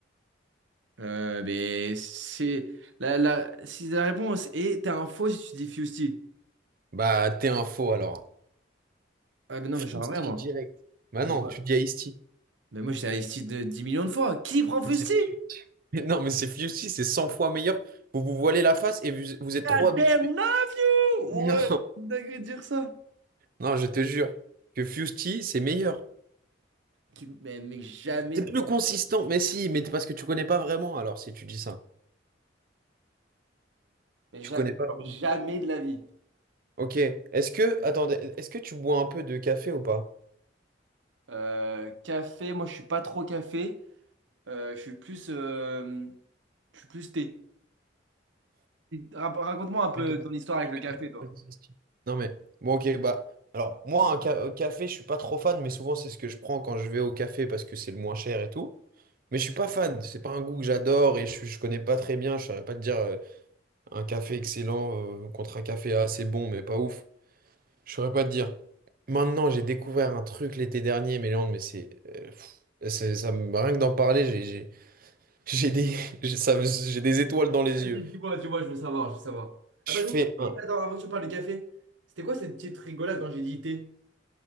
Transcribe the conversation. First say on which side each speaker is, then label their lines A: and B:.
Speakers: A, on the right; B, on the right.
A: euh, mais c'est... La, la... Si la réponse est, t'as un faux si tu dis Fusty.
B: Bah, t'es un faux alors.
A: Ah, mais non,
B: Fusty
A: mais je suis un vrai, moi.
B: direct. Bah
A: Mais
B: non,
A: moi,
B: tu dis Ice-T.
A: mais moi, j'étais à Isti de 10 millions de fois. Qui prend Fusty?
B: Mais c'est- <laughs> mais Non, mais c'est Fusty, c'est 100 fois meilleur. Vous vous voilez la face et vous, vous êtes
A: God
B: trop habitué.
A: damn love
B: <laughs>
A: you! Ouais,
B: Non,
A: dingue de dire ça.
B: non, je te jure que Fusty, c'est meilleur.
A: Tu- Mais, mais jamais,
B: C'est
A: de-
B: plus consistant. Mais si, mais parce que tu connais pas vraiment, alors si tu dis ça.
A: mais
B: Tu
A: ja-
B: connais pas
A: genre
B: vraiment.
A: jamais de la vie.
B: Ok. Est-ce que, attendez, est-ce que tu bois un peu de café ou pas?
A: Euh, café, moi je suis pas trop café. Euh, je suis plus, euh, je suis plus thé. Rac- Raconte-moi un peu
B: Mais t'as-
A: ton histoire avec le café, toi.
B: t'as- Non, mais bon, ok, bah. Alors, moi, un ca- un café, je suis pas trop fan, mais souvent, c'est ce que je prends quand je vais au café parce que c'est le moins cher et tout. Mais je suis pas fan, c'est pas un goût que j'adore et je, suis- je connais pas très bien. Je saurais pas te dire euh, un café excellent euh, contre un café assez bon, mais pas ouf. Je saurais pas te dire. Maintenant, j'ai découvert un truc l'été dernier, Méléandre, mais c'est. euh, pff, c'est- ça me- rien que d'en parler, j'ai j'ai- j'ai des, <laughs> j'ai ça me- j'ai des étoiles dans les
A: Vas-y,
B: yeux.
A: Dis-moi, dis-moi, je veux savoir, je veux savoir.
B: Je
A: Attends,
B: fais un.
A: je- attends, avant que tu parles du café, c'était quoi cette petite rigolade quand j'ai dit thé?